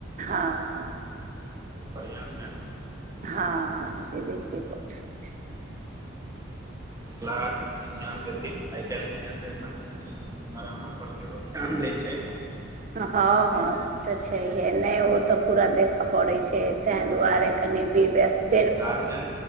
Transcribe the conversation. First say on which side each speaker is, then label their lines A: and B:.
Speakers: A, on the right; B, on the right.
A: हां-हां।
B: बढ़ियाँ छैन।
A: हां C B S C board से छै।
B: <unintelligible> अखिनी ध्यान देथिन आय-काएल के जेनरेशन मे कनि इम्हर-उम्हर पर सेहो ध्यान दै छै।
A: हां-हां से तऽ छैहये नै ओ तऽ पूरा देखा पड़ै छै तै दुआरे कनि वि व्यस्त
B: गार्जन,